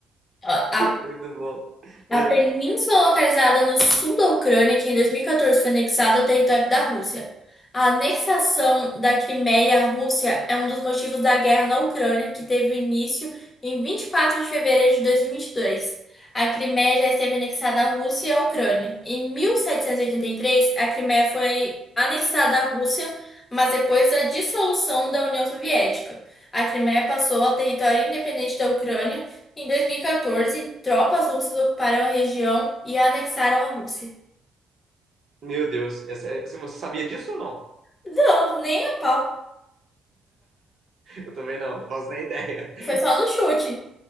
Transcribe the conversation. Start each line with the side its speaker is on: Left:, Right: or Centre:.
Left: A a
Right: Muito bom.
Left: A
Right: É.
Left: península localizada no sul da Ucrânia, que em 2014 foi anexada ao território da Rússia. A anexação da Crimeia à Rússia é um dos motivos da guerra na Ucrânia, que teve início em 24 de fevereiro de 2022. A Crimeia já esteve anexada à Rússia e à Ucrânia. Em 1783, a Crimeia foi anexada à Rússia, mas depois da dissolução da União Soviética. A Crimeia passou a território independente da Ucrânia em 2014, tropas russas ocuparam a região e a anexaram a Rússia.
Right: Meu Deus, essa, essa- você sabia disso ou não?
Left: Não, nem a pau.
Right: Eu também não, não faço nem ideia. <laughs>
Left: Foi só no chute.